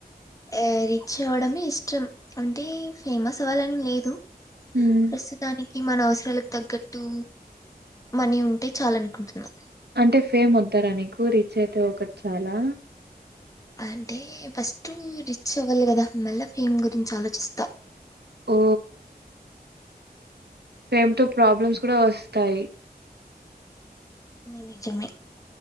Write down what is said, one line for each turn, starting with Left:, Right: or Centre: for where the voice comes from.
Left: ఆ రిచ్ అవ్వడమే ఇష్టం అంటే ఫేమస్ అవ్వాలని లేదు
Right: మ్,
Left: ప్రస్తుతానికి ఈ మన అవసరాలకు తగ్గట్టు మనీ ఉంటే చాల అనుకుంటున్నాం
Right: అంటే ఫేమ్ వద్దారా నీకు రీచ్ అయితే ఒకటి చాలా
Left: అంటే ఫస్ట్ రిచ్ అవ్వాలి కదా మళ్ళ ఫేమ్ గురించి ఆలోచిస్తా
Right: ఓ ఫేమ్ త ప్రాబ్లమ్స్ కూడా వస్తాయి
Left: నిజమే